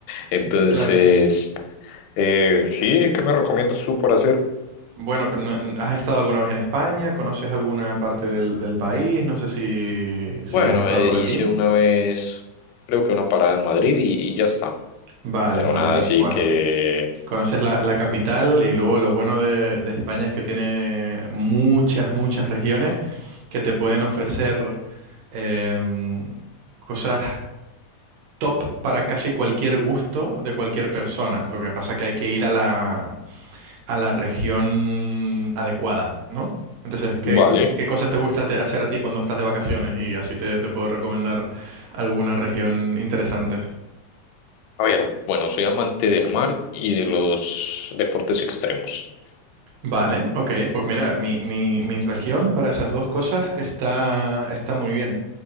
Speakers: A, on the left; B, on the right.
A: Entonces,
B: Claro.
A: eh, sí, ¿qué me recomiendas tú por hacer?
B: Bueno, pero no- ¿has estado alguna vez en España? ¿Conoces alguna parte del, del país? No sé si, si
A: Bueno,
B: has estado
A: eh,
B: por aquí.
A: hice una vez, creo que una parada en Madrid y, y ya está.
B: Vale,
A: Pero
B: en Madrid.
A: nada, así
B: Bueno.
A: que...
B: Conoces la, la capital y luego lo bueno de, de España es que tiene muchas, muchas regiones que te pueden ofrecer em, cosas top para casi cualquier gusto de cualquier persona. Lo que pasa que hay que ir a la, a la región adecuada, ¿no? Entonces, ¿qué,
A: Vale.
B: qué cosas te gusta te- hacer a ti cuando estás de vacaciones? Y así te, te puedo recomendar alguna región interesante.
A: A ver, bueno, soy amante del mar y de los deportes extremos.
B: Vale, ok, pues mira, mi, mi, mi región para esas dos cosas está, está muy bien,